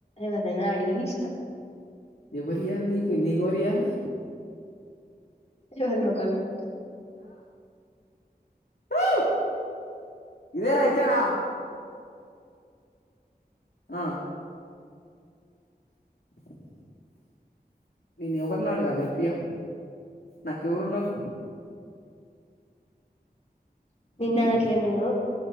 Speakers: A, on the left; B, on the left.
A: ఎవరినైనా అడిగి ఇస్తా
B: ఎవరీయాలి నీకు, నీకు ఎవరీయాలె
A: ఎవరి నూకాలంట
B: వావ్ ఇదే నా ఇట్లే నా అ <inaudible> నేను ఎవరిని అడగాలి చెప్పిగ, నాకెవరున్నారు
A: నిన్ను
B: హమ్
A: అనట్లేదు నేను